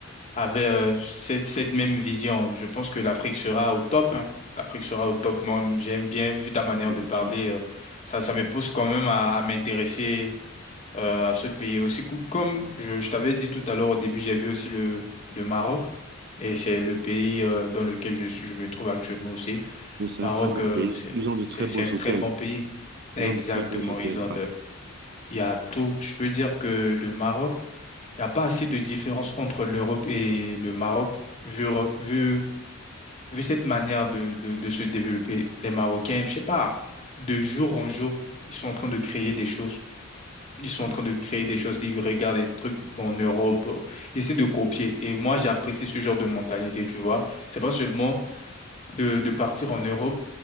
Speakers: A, on the left (about 35°); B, on the right (about 55°).
A: avait euh, cette, cette même vision. Je pense que l'Afrique sera au top. hein. L'Afrique sera au top. Moi, j'aime bien, vu ta manière
B: Oui,
A: de
B: bien
A: parler,
B: sûr.
A: euh, ça, ça me pousse quand même à, à m'intéresser euh, à ce pays aussi. Cou- Comme je, je t'avais dit tout à l'heure au début, j'ai vu aussi le, le Maroc. Et c'est le pays euh, dans lequel je suis, je me trouve actuellement aussi.
B: Oui, c'est
A: Maroc,
B: un très beau
A: euh,
B: pays.
A: c'est,
B: Ils ont de
A: c'est,
B: très beaux
A: c'est un très
B: hôtels.
A: bon pays. Exactement.
B: Ils ont de très beaux hôtels,
A: Ils ont
B: ouais.
A: de, il y a tout. Je peux dire que le Maroc, il n'y a pas assez de différence entre l'Europe et le Maroc, vu, re- vu, vu cette manière de, de, de se développer. Les Marocains, je sais pas, de jour en jour, ils sont en train de créer des choses. Ils sont
B: Ouais.
A: en train de créer des choses. Ils regardent des trucs en Europe. euh, Ils essaient de copier. Et moi, j'apprécie ce genre de mentalité, tu vois. C'est pas seulement de, de partir en Europe